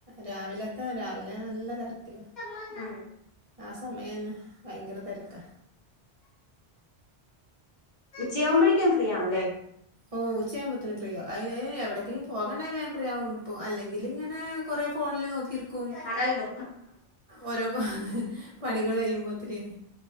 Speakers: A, on the right; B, on the left.
A: രാവിലത്ത രാവിലെ നല്ല തെരക്കില.
B: ഉം
A: ആഹ് സമയന്നെ ഭയങ്കര തെരക്കാ.
B: ഉച്ചയാവുമ്പോഴേക്കും ഫ്രീ ആവും ലേ?
A: ഓഹ് ഉച്ചയാകുമ്പോത്തേന് ഫ്രീ ആവും അയിന് എവടെക്കെങ്കിലും പോകാണ്ടായ വേ ഫ്രീ അല്ലെങ്കി ഇങ്ങനെ. കൊറെ ഫോണില് നോക്കിരിക്കും.
B: ആഹ്
A: ഓരോ പണികള് കയ്യുമ്പോത്തിന്.